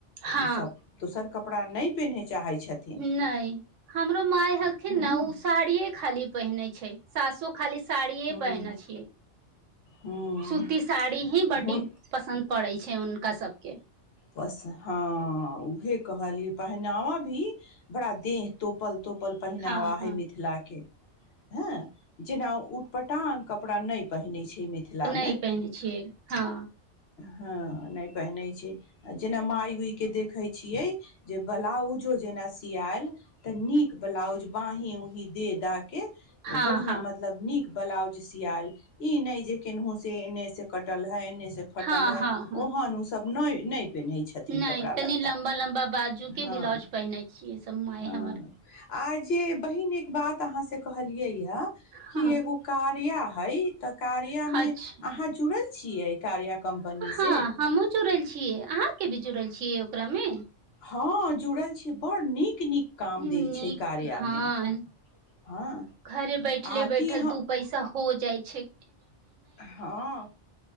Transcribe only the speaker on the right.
हँ
नहि हमरो माय हखिन
ने ओ साड़िये खाली पहिनै छै सासु खाली साड़िये
पहिने छियै
सूती साड़ी ही बड्डी
पसन्द पड़ै छै हुनका सबके
हँ
हँ
नहि
पहिनै छियै हँ
हँ
हँ
हँ
हँ हँ
नहि
तनी
लम्बा लम्बा बाजू के
ब्लाउज पहिनेै छियै सब माय
हमर
हँ
अच्छा
ह हमहु जुड़ल छी छी अहाँ के भी जुड़ल छियै ओकरा मे
नीक
हँ
घरे बैठले
बैठल
दू पैसा हो जाइ छैय